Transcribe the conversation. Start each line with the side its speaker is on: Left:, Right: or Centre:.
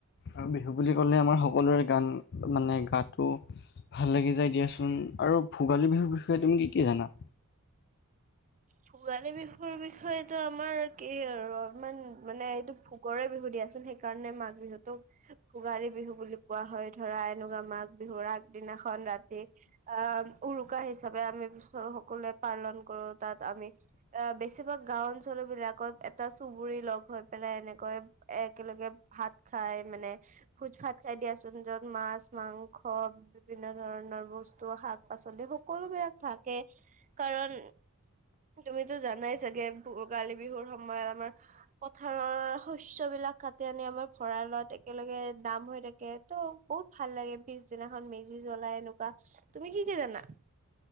Left: আৰু বিহু বুলি ক'লে আমাৰ সকলোৰে গান মানে গাটো ভাল লাগি যায় দিয়াচোন আৰু ভোগালী বিহুৰ বিষয়ে তুমি কি - কি জানা?
Right: ভোগালী বিহুৰ বিষয়েতো আমাৰ কি আৰু অলপমান মানে এইটো ভোগৰে বিহু দিয়াচোন সেইকাৰণে মাঘ বিহুতোক ভোগালী বিহু বুলি কোৱা হয় ধৰা এনেকুৱা মাঘ বিহুৰ আগদিনাখন ৰাতি আহ, উৰুকা হিচাপে আমি পিছত সকলোৱে পালন কৰো তাত আমি আ, বেছিভাগ গাওঁ অঞ্চল বিলাকত এটা চুবুৰী লগ হৈ পেলাই এনেকৈ একেলগে ভাত খাই মানে ভোজ ভাত খাই দিয়াচোন যত মাছ, মাংস বিভিন্ন ধৰণৰ বস্তু শাক -পাচলি সকলো বিলাক থাকে কাৰণ তুমিতো জানাই চাগে ভোগালী বিহুৰ সময় আমাৰ পথাৰৰ শস্যবিলাক কাটি আনি আমাৰ ভঁৰালত একেলগে দাম হৈ থাকে। ত' বহুত ভাল লাগে পিছদিনাখন মেজি জ্বলাই এনেকুৱা তুমি কি-কি জানা?